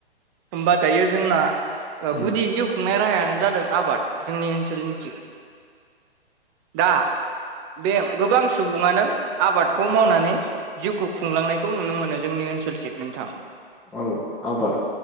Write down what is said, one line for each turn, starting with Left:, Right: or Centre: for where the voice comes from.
Right: होमबा दायो जोंना ओ
Centre: उम
Right: गुदि जिउ खुं नाय राहायानो जादों आबाद जोंनि ओनसोलनि थिं <inaudible> दा बे गोबां सुबुङानो आबादखौ मावनानै जिउखौ खुंलांनायखौ नुनो मोनो जोंनि ओनसोलथिं नोंथां।
Centre: औ आबाद